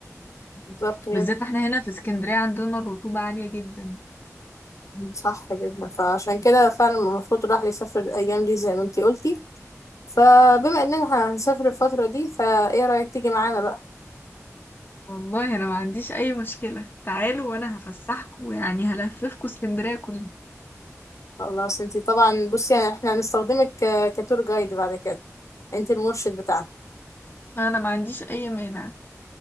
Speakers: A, on the left; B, on the left.
A: بالظبط هي
B: بالذات احنا هنا في اسكندرية عندنا الرطوبة عالية جدا
A: صح جدا فعشان كده فعلا المفروض الواحد يسافر الأيام دي زي ما انتي قلتي فبما إننا هنسافر الفترة دي فإيه رأيك تيجي معانا بقى
B: والله انا ما عنديش اي مشكلة تعالوا وانا هفسحكوا يعني هلففكوا اسكندرية كلها
A: خلاص انتي طبعا بصي يعني احنا هنستخدمك ك- كتور جايد بعد كده انتي المرشد بتاعنا
B: انا ما عنديش اي مانع